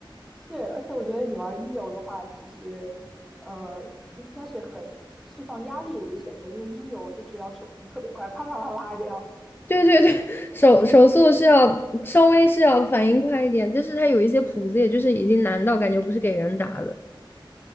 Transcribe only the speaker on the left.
对对对，手手速是要稍微是要反应快一点，但是它有一些谱子，也就是已经难到感觉不是给人打的。